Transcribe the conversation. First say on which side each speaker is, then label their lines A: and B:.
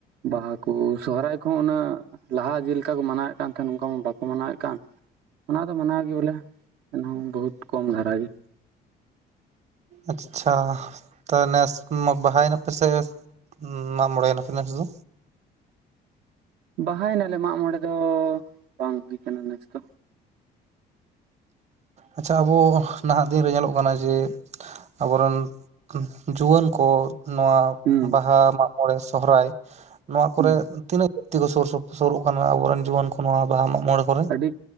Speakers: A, on the right; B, on the right.
A: ᱵᱟᱦᱟ ᱠᱩ ᱥᱚᱦᱨᱟᱭ ᱠᱚ ᱦᱚᱸ ᱚᱱᱟᱼᱼ ᱞᱟᱦᱟ ᱡᱮᱞᱮᱠᱟ ᱠᱚ ᱢᱟᱱᱟᱣ ᱮᱫ ᱠᱟᱱ ᱛᱟᱦᱮᱱ ᱚᱱᱠᱟ ᱢᱟ ᱵᱟᱠᱚ ᱢᱟᱱᱟᱣ ᱮᱫ ᱠᱟᱱ ᱚᱱᱟ ᱫᱚ ᱢᱟᱱᱟᱣ ᱜᱮ ᱵᱚᱞᱮ ᱮᱱᱦᱚᱸ ᱵᱚᱦᱩᱛ ᱠᱚᱢ ᱫᱷᱟᱨᱟ ᱜᱮᱼᱼ
B: ᱟᱪᱪᱷᱟ ᱛᱟ ᱱᱮᱥ ᱵᱟᱦᱟᱭ ᱱᱟᱯᱮ ᱥᱮ ᱢᱟᱜ ᱢᱚᱬᱮ ᱱᱟᱯᱮ ᱱᱮᱥ ᱫᱚᱼᱼ
A: ᱵᱟᱦᱟᱭ ᱱᱟᱞᱮ ᱢᱟᱜ ᱢᱚᱬᱮ ᱫᱚ ᱵᱟᱝ ᱦᱩᱭ ᱟᱠᱟᱱᱟ ᱱᱮᱥ ᱫᱚᱼᱼ
B: ᱟᱪᱪᱷᱟ ᱟᱵᱚ ᱱᱟᱦᱟᱜ ᱫᱤᱱ ᱨᱮ ᱧᱮᱞᱚᱜ ᱠᱟᱱᱟ ᱡᱮ, ᱟᱵᱚ ᱨᱮᱱ ᱡᱩᱣᱟᱹᱱ ᱠᱚ ᱱᱚᱣᱟᱼᱼ
A: ᱦᱩᱸ
B: ᱵᱟᱦᱟ ᱢᱟᱜ ᱢᱚᱬᱮ ᱥᱚᱦᱨᱟᱭ ᱱᱚᱣᱟ ᱠᱚᱨᱮ
A: ᱦᱩᱸ
B: ᱛᱤᱱᱟᱹᱜᱼᱼ ᱡᱟᱹᱥᱛᱤ ᱠᱚ ᱥᱩᱨ ᱥᱩ ᱥᱩᱨᱩᱜ ᱠᱟᱱᱟ ᱟᱵᱚ ᱨᱮᱱ ᱡᱩᱣᱟᱹᱱ ᱠᱚ ᱱᱚᱣᱟ ᱵᱟᱦᱟ ᱢᱟᱜ ᱢᱚᱬᱮ ᱠᱚᱨᱮ
A: ᱟᱹᱰᱤ